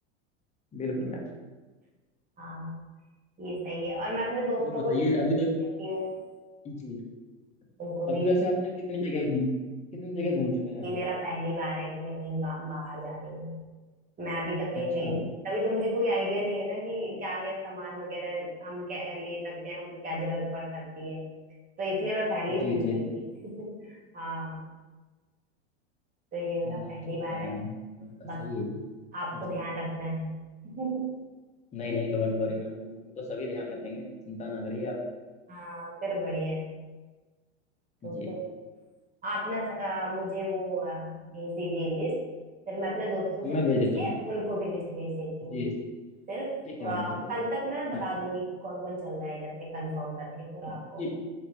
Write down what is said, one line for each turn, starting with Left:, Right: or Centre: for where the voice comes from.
Left: बिल्कुल मैम
Right: <laughs> हाँ ये सही है और मैं अपने दोस्तों
Left: और बताइए
Right: को भी देती
Left: अभी तक
Right: हूँ
Left: जी
Right: उनको
Left: अभी
Right: भी
Left: वैसे आपने कितनी जगह घूम कितनी जगह घूम चुके हैं अभी
Right: ये मेरा
Left: आप
Right: पहली बार है कि मैं कहीं बा, बाहर जा रही हूँ मैं अभी तक कहीं
Left: अच्छा
Right: गई नहीं अभी तो मुझे कोई आइडिया नहीं है ना कि क्या क्या सामान वगैरह हम क्या ले सकते हैं हमको क्या जरूरत पड़ सकती है तो इसलिए मैं पहले ही
Left: जी
Right: पूछ
Left: जी
Right: रही
Left: जी
Right: थी <laughs> हाँ तो ये मेरा
Left: नहीं
Right: पहली
Left: ठीक
Right: बार
Left: है मैम
Right: है
Left: आपका
Right: बस
Left: सही है
Right: आपको
Left: जी
Right: ध्यान रखना है <laughs>
Left: नहीं नहीं डोंट वरी मैम हम तो सभी ध्यान रखेंगे चिंता ना करिए आप
Right: हाँ फिर बढ़िया है तो
Left: जी
Right: फिर आप ना अ, मुझे वो अ, भेज दीजिए लिस्ट फिर मैं अपने दोस्तों से
Left: मैं
Right: पूछ
Left: भेज देता
Right: के
Left: हूँ मैम
Right: उनको भी लिस्ट भेज देती
Left: जी
Right: हूँ
Left: जी
Right: फिर अ,
Left: ठीक है मैम ठीक है
Right: कल
Left: ठीक है
Right: तक मैं ना
Left: हाँ
Right: बता
Left: जी
Right: दूंगी कौन कौन चल रहा है इधर से कंफर्म करके पूरा
Left: हाँ
Right: आपको
Left: ठीक है